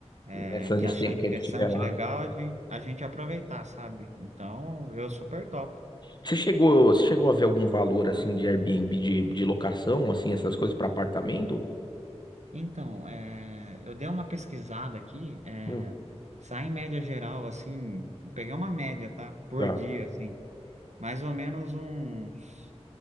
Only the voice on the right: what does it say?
é,
que
achar
interessante,
legal,
a gente, a gente aproveitar, sabe? Então, eu super topo.
Então, é, eu dei uma pesquisada aqui, é,
sai em média geral, assim, eu peguei uma média, tá? Por
dia, assim, mais ou menos uns